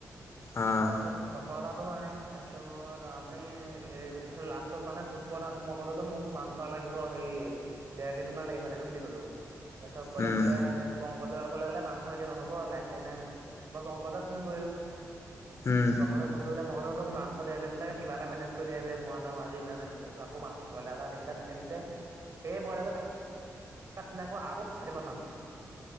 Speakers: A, on the left; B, on the right.
A: অ
B: তাৰপিছত ফচলাতো নাই তাৰপিছত আমি এইটো কৈছে লাষ্টত মানে পুষ্প তাত মই ক'ললো মোক মাংস লাগিব হে ডেৰ কেজি মান লাগিব এনেকে বুলি ক'লো তাৰ পিছত কলে
A: উম
B: বোলে সেই ক কালে মাংস এতিয়া নহব লাইছে নাই নহয় মই পংকজক ফোন কৰিলো
A: উম
B: পংগল ফংগিল মইোোক মাংস ডেৰ কেজি লাগে কিবা এটা মেনেজ দ দেিবি মই একম আজি ইমাৰজেঞ্চি তাৰপিছতকৌ মাং ব্ৰইলাৰ এ আনি পেল কাটি দিছে সেই বইলাৰটো তেনেকৌ আগত চাৰি মান মানু